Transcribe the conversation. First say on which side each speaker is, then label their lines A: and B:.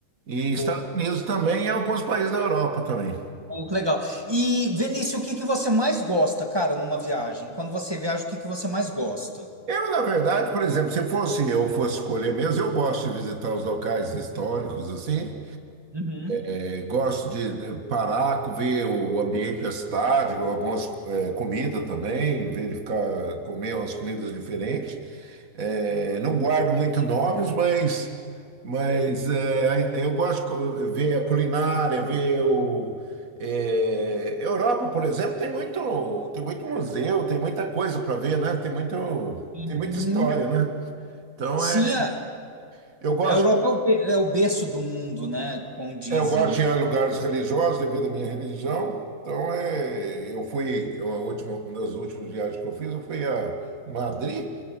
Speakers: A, on the right (about 80°); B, on the right (about 15°).
A: E Estados
B: Pô,
A: Unidos também e alguns países da Europa também.
B: pô, que legal. E, Vinícius, o que que você mais gosta, cara, numa viagem? Quando você viaja, o que que você mais gosta?
A: Eu, na verdade, por exemplo, se fosse eu fosse escolher mesmo, eu gosto de visitar os locais históricos assim,
B: Uhum.
A: Eu gosto de eh, parar, ver o ambiente da cidade, algumas eh, comidas também, verificar, comer umas comidas diferentes. Eh, não guardo muito nomes, mas, mas eh, aí- eu gosto de co- ver a culinária, ver o. eh, Europa, por exemplo, tem muito, tem muito museu, tem muita coisa para ver, né? Tem muito,
B: Hum,
A: tem muita história, né? Então,
B: sim,
A: é,
B: a,
A: eu gosto
B: a Europa é o, be- é o berço do mundo, né? Como dizem,
A: É, eu gosto
B: né?
A: de ir a lugares religiosos devido à minha religião. Então, é, eu fui, eu, a última, uma das últimas viagens que eu fiz, eu fui a Madrid,